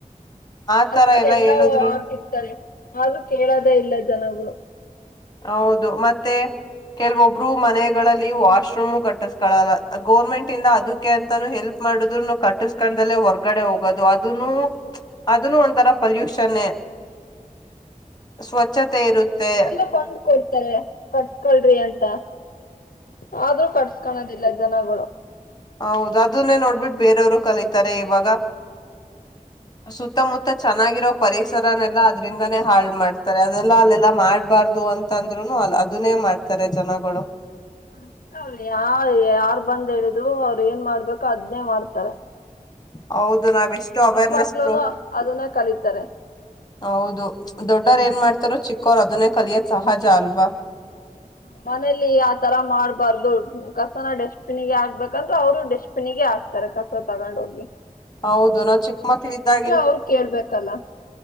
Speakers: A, on the left; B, on the left.
A: ಆತರ
B: ಅಸಲ್ಲ ಎಲ್ಲಾ
A: ಹೇಳಿದ್ರುನು
B: ಹಾಕಿರ್ತಾರೆ ಆದೂ ಕೇಳದೇ ಇಲ್ಲ ಜನಗಳು.
A: ಹೌದು ಮತ್ತೆ ಕೆಲ್ವೊಬ್ರು ಮನೆಗಳಲ್ಲಿ ವಾಶ್ರೂಮು ಕಟ್ಟಸ್ಕೊಳ್ಳಲ್ಲ ಗೌರ್ಮೆಂಟ್ ಇಿಂದ ಅದಕ್ಕೆ ಅಂತಾನೂ ಹೆಲ್ಪ್ ಮಾಡುದ್ೂನು ಕಟ್ಟಸ್್ಕೊಂಡ್ದಲ್ಲೇ ಹೊರ್ಗಡೆ ಹೋಗೋದು ಅದನ್ನು ಅದನ್ನು ಒಂಥರ ಪಲ್ಯೂಷನ್ೇ. ಸ್ವಚ್ಛತೆ ಇರುತ್ತೆ
B: <unintelligible> <unintelligible> ಅದ್ರು <unintelligible> <unintelligible>
A: ಹೌದ ಅದನು ನೋಡಿ ಬಿಟ್ಟು ಬೇರೆಯವರ ಕಲಿತಾರೆ ಇವಾಗ ಸುತ್ತ ಮುತ್ತ ಚೆನ್ನಾಗಿ ಇರೊ ಪರಿಸರನ ಯಲಾ ಅದರಿಂದ ನೆ ಹಳ ಮಾಡ್ತಾರೆ ಆದ ಯಲಾ ಮಾಡ ಬರದುಅಂತ ಅಂದ್ರೆ ಅದನೆ ಮಾಡ್ತಾರೆ ಜನಗಳು
B: <unintelligible> ಯಾರ ಬಂದ ಹೇಳಿದ್ರು ಅವರ ಎನ ಮಾಡಬೇಕೋ ಅದನೇ ಮಾಡ್ತಾರಾ.
A: ಹೌದು ನಾವು ಎಸ್ಟ್ ಅವೇರ್ನೆಸ್
B: ಮಕ್ಳುನು
A: ಪ್ರೊ
B: ಅದನ್ನ ಕಲಿತಾರೆ
A: ಹೌದು ದೊಡ್ಡವರ ಎನ ಮಾಡ್ ಇನ್ನು ಚಿಕ್ಕವರು ಅದನ್ನೇ ಕಲಿಯೋದು ಸಹಜ ಅಲ್ವಾ.
B: ಮನೆಯಲ್ಲಿ ಯಾತರ ಮಾಡಬಾರದು ಕಸನ ಡಸ್ಟ್ಬಿನ್ ಗೆ ಹಾಕ ಬೇಕ ಅಂತ ಅವರು ಡಸ್ಟ್ಬಿನ್ ಗೆ ಹಾಕ್ತಾರ ಕಸ ತಗೊಂಡ ಹೋಗಿ.
A: ಹೌದು ನಾವ ಚಿಕ್ಕ ಮಕ್ಕಳ ಇದಾಗಿಂದ
B: ಅವ್ರು ಕೇಳ್ಬೇಕಲ್ಲ